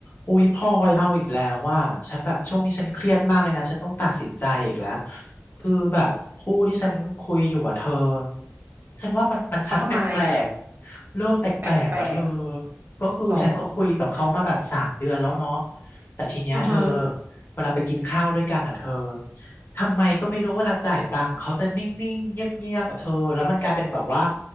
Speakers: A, on the left; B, on the right.
A: อุ๊ยพลอยเอาอีกแล้วว่าฉันแบบช่วงนี้ฉันเครียดมากเลยนะฉันต้องตัดสินใจอีกแล้วคือแบบผู้ที่ฉันคุยอยู่อะเธอฉันว่ามันมันชักแปลกๆเริ่มแปลกๆแล้วเธอ
B: เขาทำไมแปลกๆหรอ
A: ก็คือฉันก็คุยกับเขามาแบบสามเดือนแล้วเนาะแต่ทีเนี้ยเธอ
B: อ่าฮะ
A: เวลาไปกินข้าวด้วยกันอะเธอทำไมก็ไม่รู้เวลาจ่ายตังค์เขาจะนิ่งๆเงียบๆอะเธอแล้วมันกลายเป็นแบบว่า